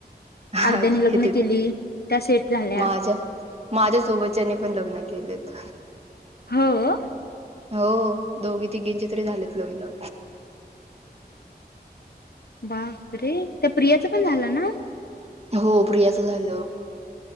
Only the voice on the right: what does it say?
आहे
हे ते
तर
माझ्या माझ्या सोबतच्यानी पण लग्न केलेत.
हो दोघी तिघींची तरी झालेत लग्न.
हो प्रियाचं झालं.